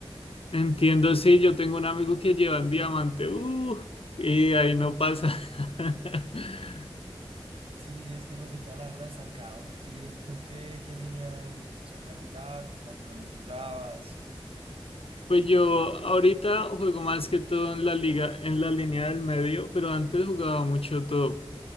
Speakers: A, on the left; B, on the right.
A: Entiendo, sí, yo tengo un amigo que lleva en Diamante, uh, y ahí no pasa. <laughs>
B: Sí, sí, es que uno se queda la verdad estancado. ¿Y tú qué, qué línea solías jugar? ¿Qué campeones usabas?
A: Pues yo ahorita juego más que todo en la liga, en la línea del medio, pero antes jugaba mucho top.